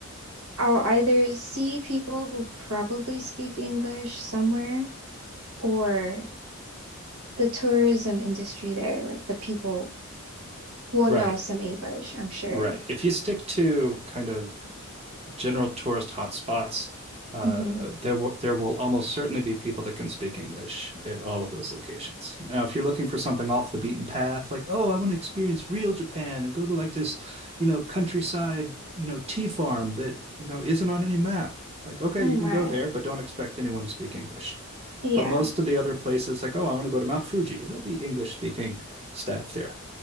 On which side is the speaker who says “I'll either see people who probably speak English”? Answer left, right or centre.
Right